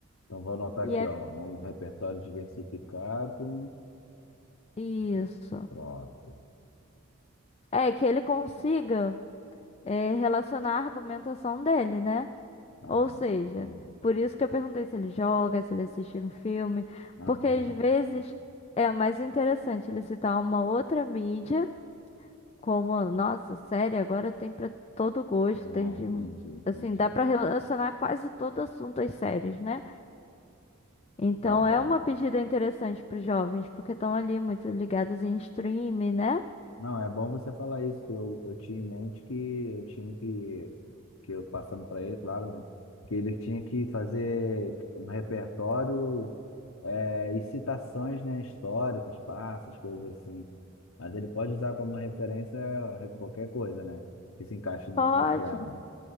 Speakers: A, on the left (about 85°); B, on the left (about 30°).
A: Então vou anotar
B: E
A: aqui,
B: é
A: ó, um repertório diversificado.
B: isso.
A: Pronto.
B: É que ele consiga é, relacionar a argumentação dele, né?
A: Ah,
B: Ou seja,
A: hum,
B: por isso que eu perguntei se ele joga, se ele assiste um filme,
A: aham.
B: porque às vezes é mais interessante ele citar uma outra mídia. Como, nossa, série agora tem pra todo gosto,
A: Ah,
B: tem de,
A: entendi, entendi.
B: assim, dá pra relacionar quase todo assunto às séries, né? Então
A: Tá bom.
B: é uma pedida interessante pros jovens, porque estão ali muito ligados em streaming, né?
A: Não, é bom você falar isso. que Eu, eu tinha em mente que eu tinha que, que eu passando para ele, claro, né? Que ele tinha que fazer um repertório é, e citações, né, históricas, passas, coisas assim. Mas ele pode usar como referência qualquer coisa, né? Que se encaixe no,
B: Pode,
A: no tema.